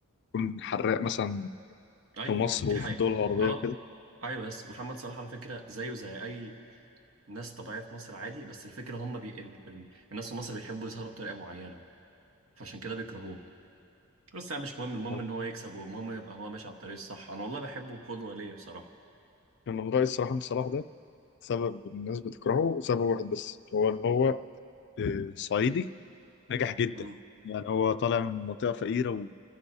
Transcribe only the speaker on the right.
ايوه
دي
حقيقه
اه
ايوه بس محمد صلاح على فكره زيه زي اي ناس طبيعية في مصر عادي بس الفكرة هم بي... ال... ال... الناس في مصر بيحبوا يظهروا بطريقة معينة فعشان كده بيكرهوه بس يعني مش مهم المهم
ان هو يكسب والمهم يبقى هو ماشي على الطريق الصح انا والله بحبه قدوة ليا بصراحة
مم.